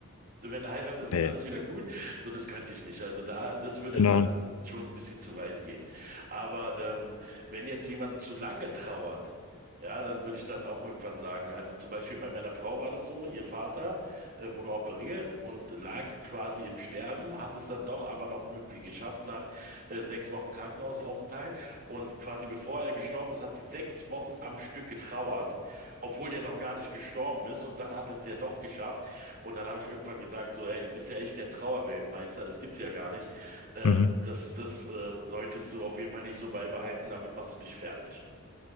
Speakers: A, on the right; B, on the left.
A: wenn du heiratest,
B: Nee.
A: ist alles wieder gut. So, das könnte ich nicht. Also da, das würde
B: Genau.
A: dann schon ein bisschen zu weit gehen. Aber ähm, wenn jetzt jemand zu lange trauert, ja, dann würde ich dann auch irgendwann sagen, also zum Beispiel bei meiner Frau war das so, ihr Vater äh, wurde operiert und lag quasi im Sterben, hat es dann doch aber noch irgendwie geschafft nach äh, sechs Wochen Krankenhausaufenthalt. Und quasi bevor er gestorben ist, hat sie sechs Wochen am Stück getrauert, obwohl der noch gar nicht gestorben ist. Und dann hat es ja doch geschafft, und dann habe ich irgendwann gesagt, so, ey, du bist ja echt der Trauerweltmeister, das gibt's ja gar nicht. Ähm,
B: Mhm.
A: das das äh, solltest du auf jeden Fall nicht so beibehalten, damit machst du dich fertig.